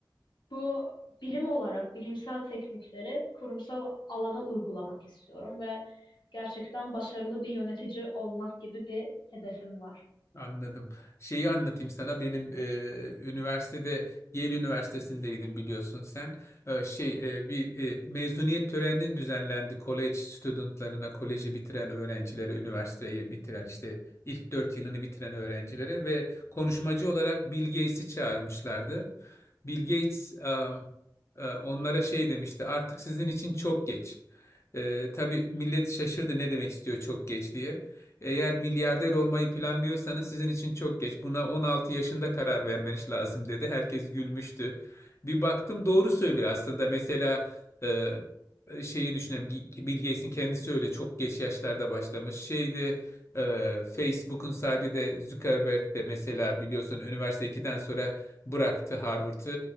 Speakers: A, on the left; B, on the left.
A: bu bilim olarak bilimsel teknikleri kurumsal alana uygulamak istiyorum ve gerçekten başarılı bir yönetici olmak gibi bir hedefim var.
B: Anladım. Şeyi anlatayım sana. Benim e, üniversitede Yale Üniversitesi'ndeydim biliyorsun sen. E, şey e, bir e, mezuniyet töreni düzenlendi college studentlarına, koleji bitiren öğrencilere, üniversiteyi bitiren işte ilk dört yılını bitiren öğrencilere ve konuşmacı olarak Bill Gates'i çağırmışlardı. Bill Gates um, e, onlara şey demişti. Artık sizin için çok geç. E, tabii millet şaşırdı ne demek istiyor çok geç diye. Eğer milyarder olmayı planlıyorsanız sizin için çok geç. Buna 16 yaşında karar vermeniz lazım dedi. Herkes gülmüştü. Bir baktım doğru söylüyor aslında. Mesela e, şeyi düşünelim. Bill Gates'in kendisi öyle çok geç yaşlarda başlamış. Şeyde e, Facebook'un sahibi de Zuckerberg de mesela biliyorsun üniversite ikiden sonra bıraktı Harvard'ı.